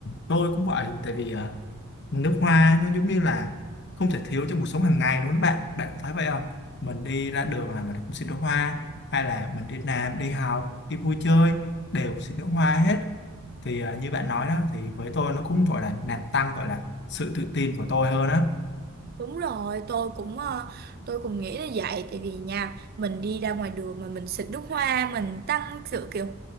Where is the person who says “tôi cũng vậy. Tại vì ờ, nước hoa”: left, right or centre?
Left